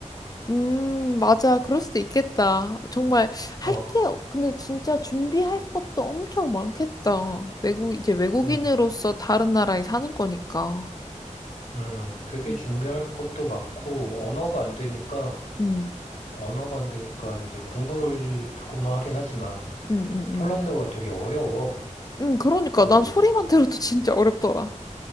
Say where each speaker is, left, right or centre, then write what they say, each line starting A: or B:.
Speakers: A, on the left (about 30°); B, on the left (about 80°).
A: 음, 맞아. 그럴 수도 있겠다. 정말 할
B: 어,
A: 게, 근데 진짜 준비할 것도 엄청 많겠다. 외국, 이제 외국인으로서
B: 음,
A: 다른 나라에 사는 거니까.
B: 음, 되게
A: 음,
B: 준비할 것도 많고 언어가 안 되니까
A: 음,
B: 언어가 안 되니까 이제 공부를 조금 하긴 하지만
A: 음, 음.
B: 폴란드어가 되게 어려워.
A: 음, 그러니까
B: 또
A: 난 소리만 들어도 진짜 어렵더라.